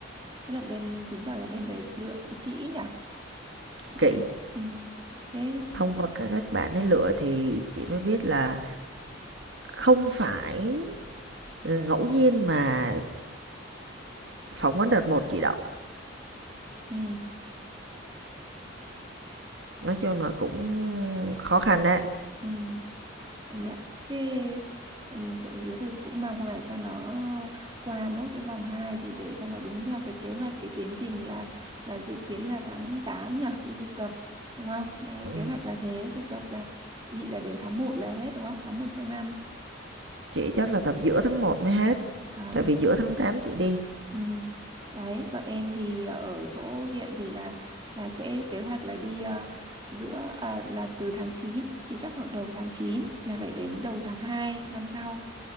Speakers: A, on the right; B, on the right.
A: tức là bên chứng tỏ là bên đấy lựa cũng kỹ nhở đấy
B: kỹ
A: ừ thế
B: thông qua các các bạn ấy lựa thì chị mới biết là không phải ngẫu nhiên mà phỏng vấn đợt một chị đậu
A: ừ
B: nói chung là cũng khó khăn đấy
A: ừ công nhận thế ừ, trộm vía tôi cũng mong là cho nó ờ, qua nốt cái vòng 2 thì để cho nó đúng theo cái kế hoạch cái tiến trình là là dự kiến là tháng 8 nhở đi thực tập đúng không đấy
B: ừ.
A: kế hoạch là thế thực tập là chị là đến tháng một là hết đúng không tháng một sang năm
B: chị chắc là tập giữa tháng một mới hết
A: à,
B: tại vì giữa tháng 8 chị đi
A: ừ. đấy bọn em thì ở chỗ viện thì là là sẽ kế hoạch là đi ờ, giữa à, là từ tháng 9 thì chắc khoảng đầu tháng 9 là phải đến đầu tháng 2 năm sau